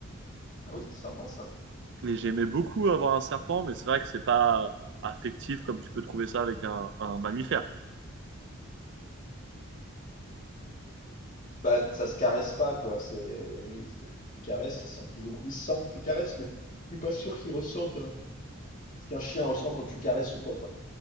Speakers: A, on the left; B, on the right.
A: Ah oui, c'est sympa ça.
B: Et j'aimais beaucoup avoir un serpent, mais c'est vrai que c'est pas affectif comme tu peux trouver ça avec un, un mammifère.
A: Bah, ça se caresse pas, quoi. C'est, oui, c'est- tu caresses, ils sentent plus ou moins. Ils sentent que tu caresses, mais je suis pas sûr qu'ils ressentent euh, ce qu'un chien ressent quand tu caresses ou quoi, quoi.